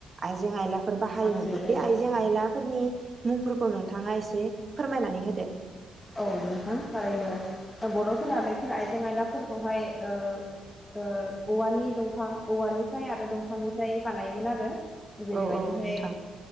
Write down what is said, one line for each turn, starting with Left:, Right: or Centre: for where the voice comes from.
Right: आइजें- आयलाफोर बाहायोमोन
Left: आगसु औ
Right: बे
Left: औ
Right: आइजें-आइलाफोरनि मुंफोरखौ नोंथाङा एसे फोरमायनानै होदो
Left: औ नोंथां ओारैनो बर'फोरा बे फोर आइजें आयलाफोरखौहाय ओ ओ औवानि दंफां औवानिफ्राय आरो दंफांनिफ्राय बानायोमोन आरो जेरैबायदिहाय
Right: औ औ नोंथां